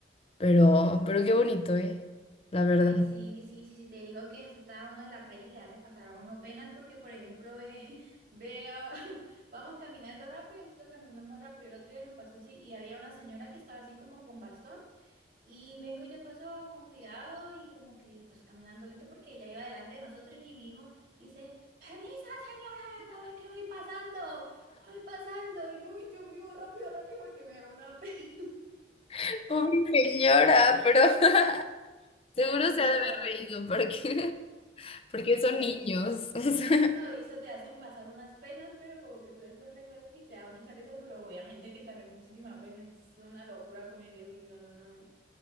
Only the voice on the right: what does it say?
Ay, sí, sí, sí, sí, te digo que esto está uno en la calle y le hace pasar a uno penas porque, por ejemplo, ve, <laughs> veo, <laughs> vamos caminando rápido, nosotros caminamos rápido, el otro día nos pasó así y había una señora que estaba así como con bastón Y vengo y yo paso con cuidado y como que pues caminando lento porque ella iba delante de nosotros y mi hijo dice, permisa señora, no ve que voy pasando, voy pasando. Y yo, "Uy, Dios mío, rápido, rápido porque me da una pena. <laughs>
Sí,
literal.
Le-
No, y eso te hacen pasar unas penas, pero como que tú después recuerdas y te da mucha risa, pero obviamente que también muchísima pena. y Es una locura con ello y no, no, no. no.